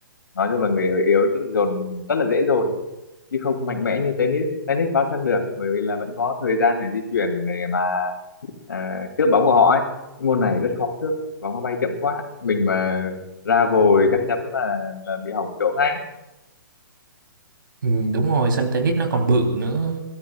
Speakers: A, on the left; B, on the right.
A: nói chung là người yếu dồn rất là dễ dồn chứ không mạnh mẽ như tennis tennis bao sân được bởi vì là vẫn có thời gian để di chuyển để mà à, cướp bóng của họ ấy cái môn này rất khó cướp bóng nó bay chậm quá mình mà ra vồi chắc chắn là là bị hỏng chỗ ngay
B: ừ, đúng rồi sân tennis nó còn bự nữa